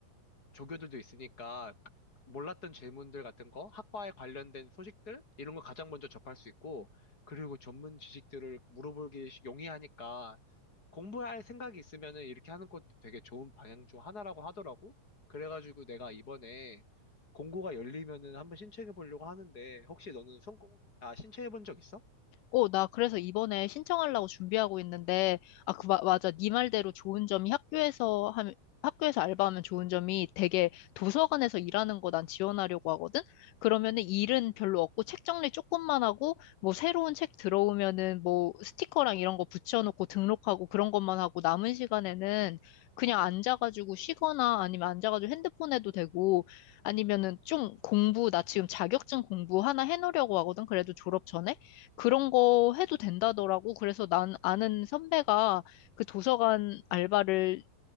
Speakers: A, on the left; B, on the left.
A: 조교들도 있으니까 몰랐던 질문들 같은 거, 학과에 관련된 소식들 이런 거 가장 먼저 접할 수 있고 그리고 전문 지식들을 물어보기 쉬- 용이하니까 공부할 생각이 있으면은 이렇게 하는 것도 되게 좋은 방향 중 하나라고 하더라고. 그래가지고 내가 이번에 공고가 열리면은 한번 신청해 보려고 하는데 혹시 너는 성공 아 신청해 본 적 있어?
B: 어, 나 그래서 이번에 신청하려고 준비하고 있는데, 아, 그, 마- 맞아. 네 말대로 좋은 점이 학교에서 하면, 학교에서 알바하면 좋은 점이 되게 도서관에서 일하는 거 난 지원하려고 하거든? 그러면은 일은 별로 없고 책 정리 조금만 하고, 뭐 새로운 책 들어오면은 뭐 스티커랑 이런 거 붙여놓고 등록하고 그런 것만 하고 남은 시간에는 그냥 앉아가지고 쉬거나 아니면 앉아가지고 핸드폰 해도 되고, 아니면은 좀 공부, 나 지금 자격증 공부 하나 해놓으려고 하거든? 그래도 졸업 전에? 그런 거 해도 된다더라고. 그래서 난 아는 선배가 그 도서관 알바를